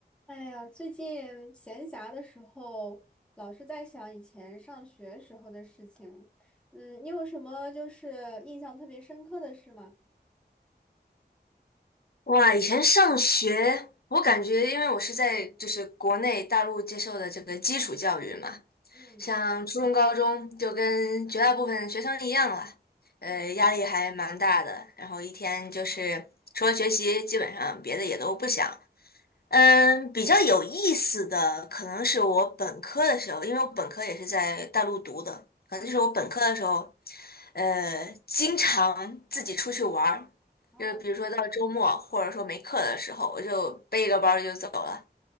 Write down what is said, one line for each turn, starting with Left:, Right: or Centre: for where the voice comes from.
Centre: 哎呀，最近闲暇的时候，老是在想以前上学时候的事情。嗯，你有什么就是印象特别深刻的事吗？
Left: 哇，以前上学，我感觉因为我是在就是国内大陆接受的这个基础教育嘛，
Centre: 嗯
Left: 像初中、高中就跟绝大部分学生一样了，呃，
Centre: 嗯
Left: 压力还蛮大的。然后一天就是除了学习，基本上别的也都不想，嗯，比较有意思的可能是我本科的时候，因为我本科也是在大陆读的，可能就是我本科的时候，
Centre: 嗯。
Left: 呃，经常自己出去玩儿，
Centre: 然后
Left: 就是比如说到周末或者说没课的时候，我就背一个包儿就走了，